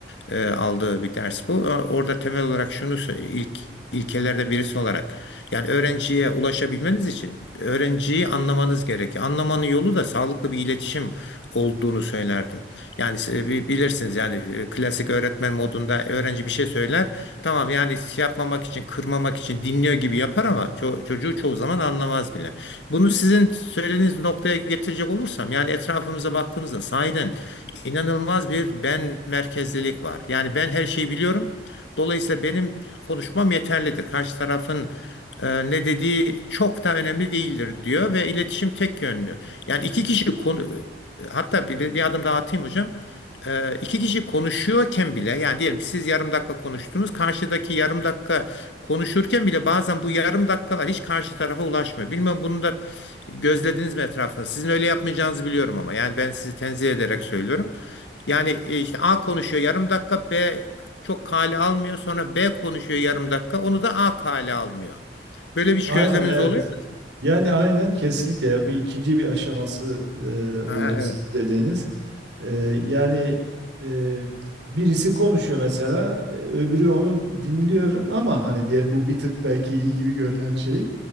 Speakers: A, on the left (about 80°); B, on the right (about 75°).
A: e, aldığı bir ders bu. O- Orada temel olarak şunu sö- ilk ilkelerden birisi olarak yani öğrenciye ulaşabilmeniz için öğrenciyi anlamanız gerekiyor. Anlamanın yolu da sağlıklı bir iletişim olduğunu söylerdim. Yani e, bi- bilirsiniz yani e, klasik öğretmen modunda öğrenci bir şey söyler. Tamam yani şey yapmamak için, kırmamak için dinliyor gibi yapar ama ço- çocuğu çoğu zaman anlamaz bile. Bunu sizin söylediğiniz noktaya getirecek olursam yani etrafımıza baktığımızda sahiden inanılmaz bir ben merkezlilik var. Yani ben her şeyi biliyorum. Dolayısıyla benim konuşmam yeterlidir. Karşı tarafın e, ne dediği çok da önemli değildir diyor ve iletişim tek yönlü. Yani iki kişi konu Hatta bir, bir bir adım daha atayım hocam. Ee, iki kişi konuşuyorken bile yani diyelim ki siz yarım dakika konuştunuz. Karşıdaki yarım dakika konuşurken bile bazen bu yarım dakikalar hiç karşı tarafa ulaşmıyor. Bilmem bunu da gözlediniz mi etrafında? Sizin öyle yapmayacağınızı biliyorum ama yani ben sizi tenzih ederek söylüyorum. Yani e, işte A konuşuyor yarım dakika B çok kale almıyor. Sonra B konuşuyor yarım dakika onu da A kale almıyor. Böyle bir hiç
B: Aynen
A: gözleminiz
B: evet.
A: oluyor mu?
B: Yani aynen kesinlikle ya bu ikinci bir aşaması e,
A: Ha,
B: oldu
A: evet.
B: sizin dediğiniz. Ee, yani e, birisi konuşuyor mesela, e, öbürü onu dinliyor ama hani diyelim bu bir tık belki iyi gibi görünen şey.